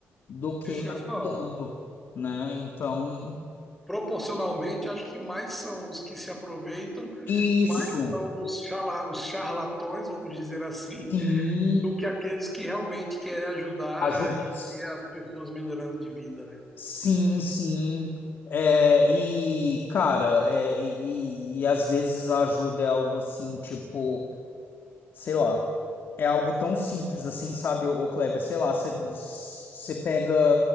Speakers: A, on the left; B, in the centre.
A: do que
B: Isso que eu
A: ajudando,
B: falo.
A: né? Então,
B: Proporcionalmente, acho que mais são os que se aproveitam,
A: isso,
B: mais são os, charla- os charlatões, vamos dizer assim,
A: sim,
B: do que aqueles que realmente querem ajudar
A: ajuda,
B: e ver as pessoas melhorando de vida, né?
A: sim, sim. É, e, cara, é, e, e- e às vezes a ajuda é algo assim, tipo. sei lá, é algo tão simples assim, sabe, ô ô Kleber? Sei lá, você você pega,